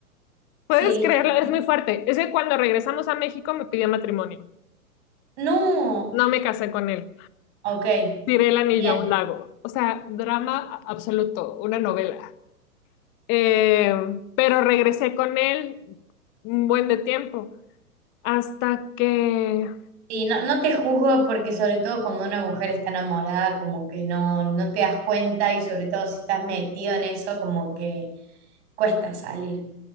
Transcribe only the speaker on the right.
¿Seguiste
con
él?
No.
Ok,
bien.
Y no, no te juzgo porque sobre todo cuando una mujer está enamorada, como que no, no te das cuenta y sobre todo si estás metido en eso, como que cuesta salir.